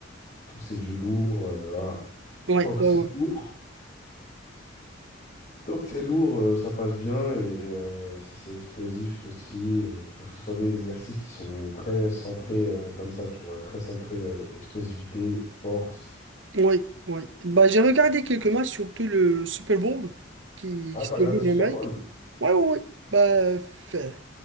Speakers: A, on the left; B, on the right.
A: pousser du lourd, euh, voilà.
B: oui,
A: Tant que
B: oui,
A: c'est
B: oui.
A: lourd, Donc c'est lourd, euh, ça passe bien et euh, si c'est explosif aussi, euh, faut que ce soit des exercices qui sont très centrés euh, comme ça, tu vois, très centrés euh, explosivité, force.
B: oui, oui. Bah, j'ai regardé quelques matchs, surtout le Super Bowl qui,
A: Ah,
B: qui
A: t'as
B: se déroule
A: regardé Super
B: en Amérique.
A: Bowl?
B: Oui, oui, oui. Bah, f-